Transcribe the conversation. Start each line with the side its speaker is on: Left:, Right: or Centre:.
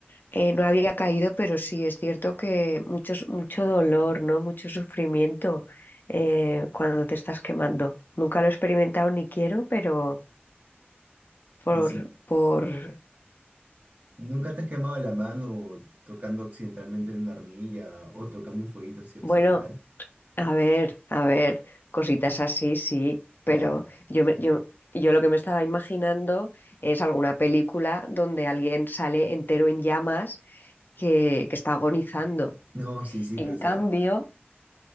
Left: eh, no había caído, pero sí, es cierto que muchos, mucho dolor, ¿no? Mucho sufrimiento eh, cuando te estás quemando. Nunca lo he experimentado ni quiero, pero por,
Right: Así
Left: por,
Right: ¿Nunca te has quemado la mano tocando accidentalmente en una arnilla o tocando un fueguito así accidental
Left: bueno. A ver, a ver, cositas así, sí,
Right: Claro.
Left: pero yo, me- yo, yo lo que me estaba imaginando es alguna película donde alguien sale entero en llamas que, que está agonizando.
Right: No, sí, sí,
Left: En
Right: pero o
Left: cambio,
Right: sea,